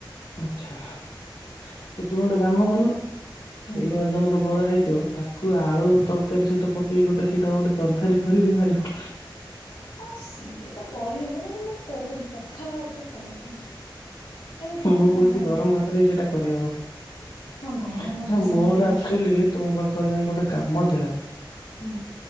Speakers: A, on the left; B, on the left.
A: ଆଛା ଆଉ ତୁମେ ଗୋଟେ କାମ କରୁନ ସେଇ
B: ହୁଁ
A: ବାଦମର ବରା ହେଇ ଥିବ ତାକୁ ଆଳୁ ତରକାରୀ ସହିତ ପକେଇକି ଗୋଟେ ସେଇଟା ଗୋଟେ ତରକାରୀ କରି ବି ପାରିବ।
B: ହଁ ସିଏ ତ କରିହେବ ମାନେ ମୁଁ କହୁଛି ପଖାଳ ହାତରେ ଖାଇବା ପାଇଁ ଏମିତିରେ ଟିକେ
A: ମୁଁ
B: ଭଲ
A: କହୁଛି
B: ଲାଗେ
A: ଗରମ ଭାତରେ ବି ସେଇଟା କରିହବ
B: ହଁ ଗରମ
A: ଆଛା
B: ଭାତରେ
A: ମୋର
B: ସେମିତି ହେଲେ
A: ଆକ୍ଚୁଲି ତୁମ ପାଖରେ ଗୋଟେ କାମ ଥିଲା।
B: ହୁଁ